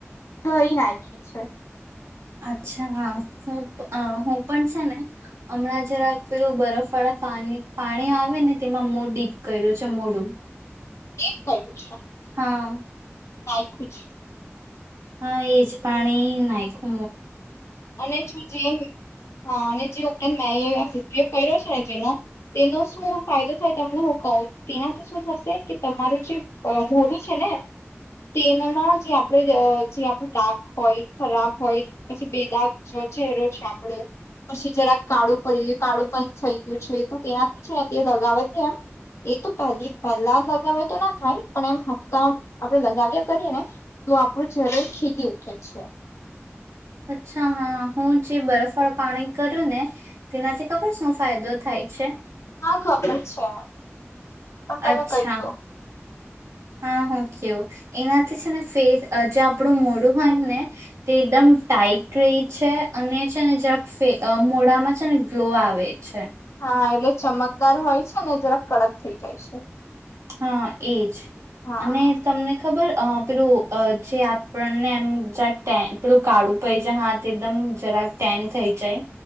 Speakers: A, on the left; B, on the right.
A: દઈ નાખી છે.
B: અચ્છા હા હું અ હું પણ છે ને હમણાં જરાક પેલું બરફ વાળા પા પાણી આવે ને તેમાં મો ડીપ કર્યું છે મોડું.
A: એ કઈ છ.
B: હા
A: નાય્ ખુંજ
B: હા એજ પાણી નાય્ખુ
A: અને જે હા અને જે ઉકેરાંત મે એ <unintelligible> ઉપયોગ કર્યો છે ને જેનો તેનો શું ફાયદો થાય તમને હું કહું તેનાથી શું થશે કે તમા મારું જે મોર છે ને <unintelligible> તેનામાં જે આપણે જે આપડ ડા્ક હોય ખરાબ હોય પછી ચરો છે આપડો પછી જરાક કાળું કરી કાળું પણ થઈ ગયું છે તો તેનાથી છે તે લગાવે એમ એ તો પહેલી પહેલા લગાવ્યા તો ના થાય પણ એમ હપ્તા આપણેે લગાવ્યા કરીએ ને તો આપનુ ચરન્ ખેચિ ઉઠે છે.
B: અચ્છા હા હું જે બરફ વાળા પાણી કરું ને તેનાથી ખબર શું ફાયદો થાય છે.
A: હા ખબર છે પણ તમે
B: અચ્છા
A: કઈ દઉ
B: હા હ કેવ એનાથી છે ને ફેર જે આપણું મોડું હોય ને તે એકદમ લઇટ રહી છે અને છે ને જરાક મોડામાં છે ને ગ્લો આવે છે.
A: હા એટલે ચમકદાર હોય છે ને જરા કડક થઈ જાય છે.
B: હા એજ
A: હા
B: અને તમને ખબર પેલું જે આપણને એમ પેલું કાળું પડી જાય હા એકદમ જરાક ટેન થઇ જાય.